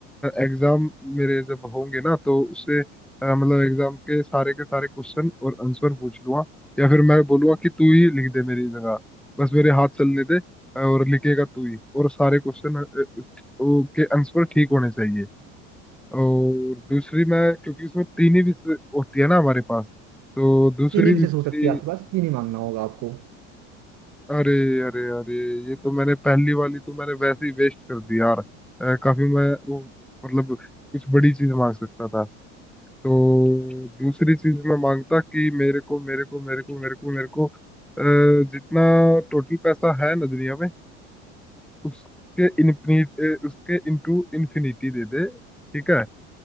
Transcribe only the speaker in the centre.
एग्जाम मेरे जब होंगे ना तो उससे अ, मतलब एग्जाम के सारे के सारे क्वेश्चन और आंसर पूछ लूंगा या फिर मैं बोलूंगा कि तू ही लिख दे मेरी जगह बस मेरे हाथ चलने दे और लिखेगा तू ही और सारे क्वेश्चन के आंसर ठीक होने चाहिए और दूसरी मैं क्योंकि उसमें तीन ही विषय होती है ना हमारे पास तो दूसरी
विषय
मेरी
अरे अरे अरे ये तो मैंने पहली वाली तो मैंने वैसे ही वेस्ट कर दी यार अ, काफी मैं वो मतलब कुछ बड़ी चीज मांग सकता था तो दूसरी चीज मैं मांगता कि मेरे को मेरे को मेरे को मेरे को मेरे को अ, जितना टोटल पैसा है ना दुनिया में उसके इन उसके इनटू इन्फिनिटी दे दे ठीक है